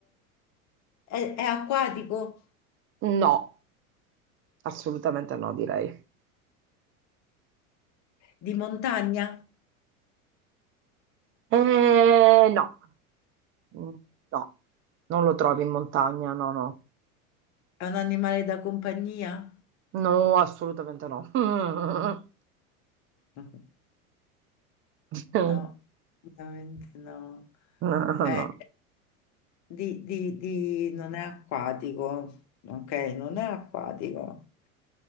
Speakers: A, on the left (about 40°); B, on the right (about 30°).
A: è, è acquatico?
B: No, assolutamente no, direi.
A: Di montagna?
B: Eh, no, Mm, no, non lo trovi in montagna, no, no.
A: È un animale da compagnia?
B: No, assolutamente no. <laughs>
A: <laughs>
B: No,
A: No, veramente no.
B: no.
A: Eh, di, di- di- non è acquatico. Ok, non è acquatico.